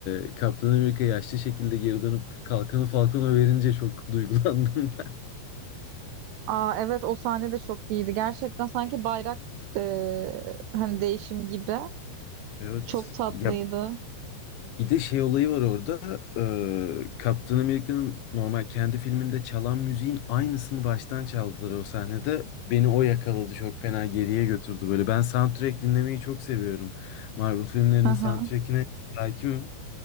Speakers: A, on the left; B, on the right.
A: E, Kaptan Amerika yaşlı şekilde geri dönüp kalkanı Falcon'a verince çok duygulandım. <laughs>
B: aa evet o sahne de çok iyiydi. Gerçekten sanki bayrak e, hani değişim gibi.
A: Evet.
B: Çok tatlıydı.
A: Ya Bir de şey olayı var orada. eee Captain America'nın normal kendi filminde çalan müziğin aynısını baştan çaldılar o sahnede. Beni o yakaladı. Çok fena geriye götürdü böyle. Ben soundtrack dinlemeyi çok seviyorum. Marvel filmlerinin
B: Aha.
A: soundtrackine hakimim.